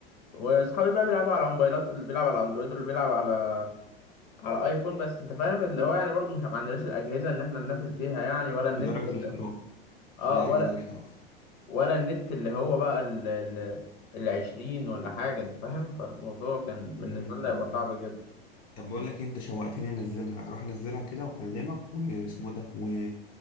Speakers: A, on the left (about 50°); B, on the left (about 25°).
A: واصحابي بقى بيلعبوا على موبايلات اللي بيلعب على اندرويد واللي بيلعب على على ايفون بس انت فاهم اللي هو يعني برضه مش ما عندناش الاجهزة ان احنا ننافس بيها يعني ولا
B: مش
A: النت
B: لدرجه
A: اللي...
B: الاحتراف
A: اه
B: مش لدرجه
A: ولا
B: الاحتراف
A: ولا النت اللي هو بقى ال ال- العشرين ولا حاجة انت فاهم فالموضوع كان بالنسبة
B: مم.
A: لنا
B: مم.
A: هيبقى صعب جدا
B: طب بقول لك إيه، انت شوقتني انزلها اروح انزلها كده واكلمك واسمه ده و...